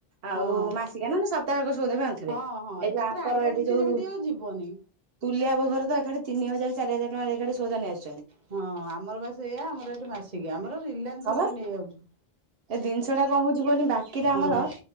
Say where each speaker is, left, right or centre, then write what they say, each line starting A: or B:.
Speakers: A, on the right; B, on the right.
A: ଆଉ
B: ହଁ
A: ମାସିକା ନା ସପ୍ତାହକ ସଉଦା ବି ଆଣୁଥିବେ
B: ହଁ ହଁ
A: ଏଇ
B: ଏକାଥରେ
A: ଯୋଉ ଆଙ୍କର
B: ଆଣିବ
A: ଏଇଠି
B: କିଛି
A: ଯୋଉଁ
B: ଯେମିତି ଆଉ ଯିବନି।
A: ତୁଲିଆ ବୋହୂ ଘର ତ ଏକାଠି ତିନି ହଜାର ଚାରି ହଜାର ଟଙ୍କାରେ ଏକାଠି ସଉଦା ନେଇ ଆସ
B: ହଁ ଆମର ବା ସେୟା ଆମର ଏଠି ମାସିକିଆ ଆମର ରିଲାନ୍ସ
A: ହଁ ବା
B: ରୁ ବି ନେଇ ଆଉଛୁ।
A: ଏ ଜିନିଷ ଟା କଣ ହଉଛି କୁହିଲୁ ବାକିଟା
B: ହଁ
A: ଆମର